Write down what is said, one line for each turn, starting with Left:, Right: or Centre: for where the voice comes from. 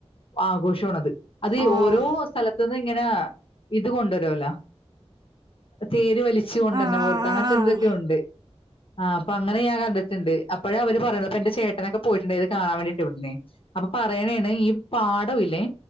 Left: ആഘോഷാണത് അത്
Right: ആഹ്
Left: ഓരോ സ്ഥലത്ത് അത് ഇങ്ങനെ ഇത് കൊണ്ടുവരോല്ലോ തേര് വലിച്ച് കൊണ്ട്
Right: ആഹ് ആഹ്
Left: വര്ണ പോലത്തെ അങ്ങനത്തെ
Right: ആഹ്
Left: എന്തൊക്കെ ഉണ്ട് ആ അപ്പൊ അങ്ങനെ ഞാൻ കണ്ടിട്ടുണ്ട് അപ്പൊഴ അവര് പറയണത് എന്റെ ചേട്ടനൊക്കെ പോയിട്ടുണ്ടായിന്നു ഇത് കാണാൻ വേണ്ടിട്ട് ഇവിടുന്നെ അപ്പൊ പറയണേണ് ഈ പാടവില്ലേ